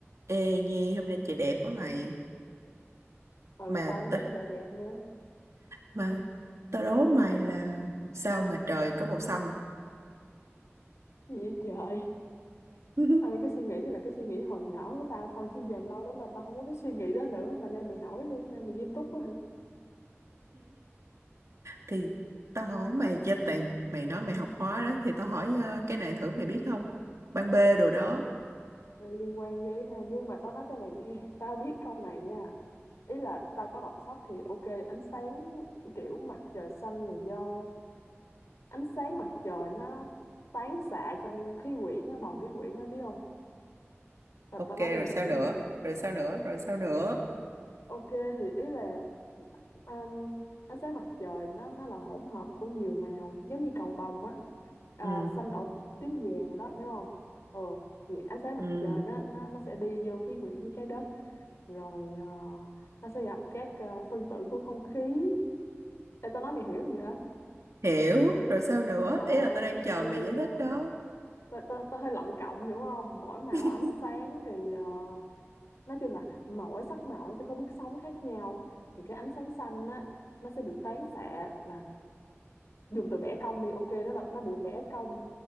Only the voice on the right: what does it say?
Ê Nhi hôm nay trời đẹp quá mày
mà
t-
mà tao đố mày là sao mà trời có màu xanh
<laughs>
thì tao hỏi mày cho tại mày nói mày học hóa đó thì tao hỏi ờ, cái này thử mày biết không ban B đồ đó
ok
rồi
sao
nữa
rồi sao nữa rồi sao nữa
ừ
ừ
hiểu rồi sao nữa
ý là tao đang chờ
mày
giải thích
đó
<laughs>